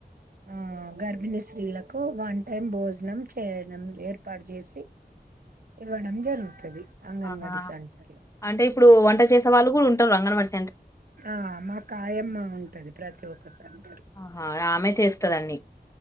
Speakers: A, on the right; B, on the left.
A: ఆ గర్భిణీ స్త్రీలకు వన్ టైం భోజనం చేయడం ఏర్పాటు చేసి ఇవ్వడం జరుగుతది అంగన్వాడీ
B: ఆహా
A: సెంటర్లో
B: అంటే ఇప్పుడు వంట చేసే వాళ్ళు గుడుంటరు అంగన్వడీ
A: ఆ మా కాయమ్మ ఉంటది ప్రతి ఒక్కసారి
B: ఆహా ఆమె చేస్తదన్నీ